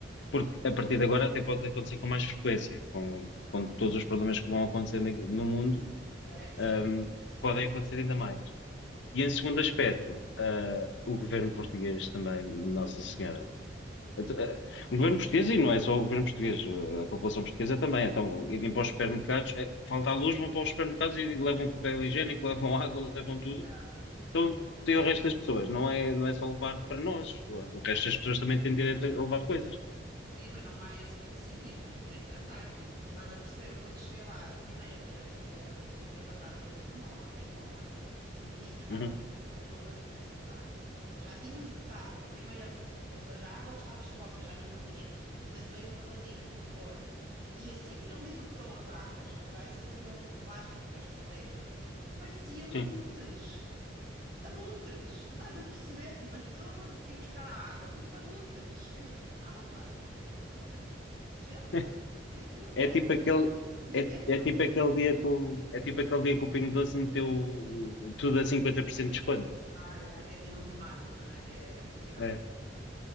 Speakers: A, on the left (about 75°); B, on the right (about 50°).
A: Porque a partir de agora até pode acontecer com mais frequência, com, com todos os problemas que vão acontecer na- no mundo,
B: Certo,
A: ahm,
B: certo, certo.
A: podem acontecer ainda mais. E em segundo aspecto, ah, o governo português também, Nossa Senhora. Até- ah, O governo português, e não é só o governo português, ah, a população portuguesa também. Então, irem para os supermercados, eh, falta a luz, vão para os supermercados e levam papel higiênico, <laughs> levam água, levam tudo
B: Já, tudo.
A: então, tem o resto das pessoas, não é, não é só levar para nós. O resto das pessoas também têm direito a levar coisas.
B: Sim, mas não há esse tipo de civismo, nem pensar, tipo, não estás a perceber, eu quando cheguei lá a primeira vez, portanto ainda, era- ainda tinha passado apenas uma hora, nem uma hora, e tinha ido buscar
A: Uhum,
B: o meu, o meu garrafãozinho de água, já tinham esgotado a primeira, ou seja, a água que estava exposta já não havia, portanto veio o rapazinho repor, e assim que ele libertou as águas, ok, assim que ele tirou aquele plástico que as protege, pareciam
A: sim.
B: abutres. Abutres, não estás a perceber? Tipo, as pessoas a ir buscar a água, tipo abutres. Eu, tipo, calma. Tipo, gente,
A: <laughs>
B: tipo, não
A: É
B: vão,
A: tipo aquele,
B: ninguém
A: é,
B: vai.
A: é tipo aquele dia que o, é tipo aquele dia que o Pingo Doce meteu o- o- tudo a 50% de desconto.
B: Ah, é, que é dia um de maio, não é? Que é muito irónico.
A: É.
B: não é?